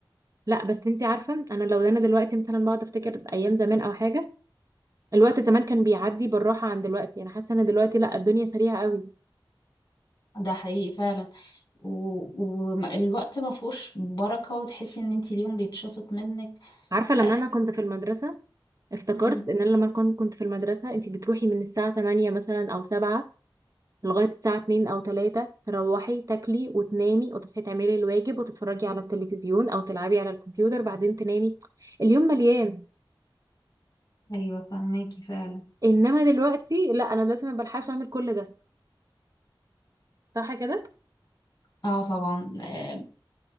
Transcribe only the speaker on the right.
لا بس انتي عارفه انا لو ده انا دلوقتي مثلا بقعد افتكر ايام زمان او حاجه الوقت زمان كان بيعدي بالراحه عن دلوقتي انا حاسه ان دلوقتي لا الدنيا سريعه قوي
عارفه لما
انا كنت في المدرسه افتكرت
ان انا لما كنت كنت في المدرسه انتي بتروحي من الساعه 8 مثلا او 7 لغايه الساعه 2 او 3 تروحي تاكلي وتنامي وتصحي تعملي الواجب وتتفرجي على التلفزيون او تلعبي على الكمبيوتر بعدين تنامي اليوم مليان
انما دلوقتي لا انا دلوقتي ما بلحقش اعمل كل ده صح كده